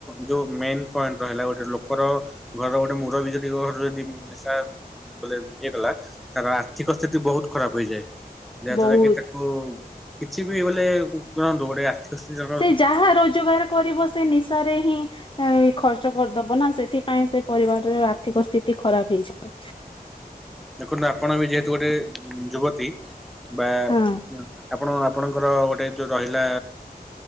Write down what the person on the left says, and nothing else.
ବହୁତ
ସେ ଯାହା ରୋଜଗାର କରିବ ସେ ନିଶାରେ ହିଁ ଖର୍ଚ୍ଚ କରିଦବ ନା ସେଥିପାଇଁ ସେ ପରିବାରର ଆର୍ଥିକ ସ୍ଥିତି ଖରାପ ହେଇଯିବ।
ହଁ